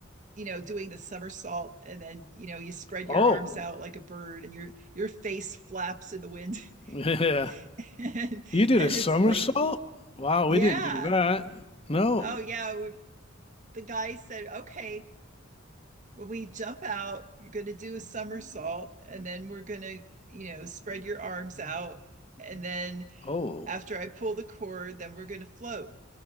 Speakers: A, on the right; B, on the left.
A: you know doing the somersault and then you know you spread
B: Oh,
A: your arms out like a bird and your your face flaps in the wind
B: <laughs> yeah.
A: <laughs> and,
B: You did
A: and
B: a somersault?
A: it's like
B: Wow, we
A: yeah
B: didn't do that. No.
A: oh yeah we, the guy said okay when we jump out you're going to do a somersault and then we're going to you know spread your arms out and then
B: Oh.
A: after i pull the cord then we're going to float